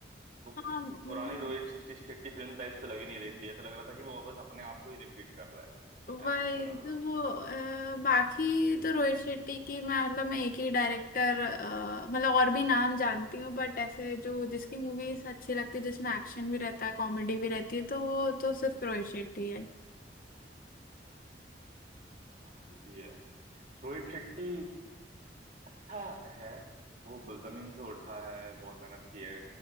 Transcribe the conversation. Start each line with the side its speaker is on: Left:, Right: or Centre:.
Right: वो
Left: हाँ हम्म,
Right: पुरानी रोहित शेट्टी शेट्टी फिल्म टाइप तो लगी नहीं रही थी ऐसा लग रहा था कि वो वापस अपने आप को ही रिपीट कर रहा
Left: वही
Right: है ऐसा लग
Left: तो
Right: रहा था
Left: वो अ, बाकी तो रोहित शेट्टी की मैं मतलब मैं एक ही डायरेक्टर मतलब और भी नाम जानती हूँ बट ऐसे जो जिसकी मूवीज अच्छी लगती है जिसमें एक्शन भी रहता है कॉमेडी भी रहती है तो वो तो सिर्फ रोहित शेट्टी है
Right: हाँ ये भी है रोहित शेट्टी अच्छा है वो ब- जमीन से उठा है बहुत मेहनत की है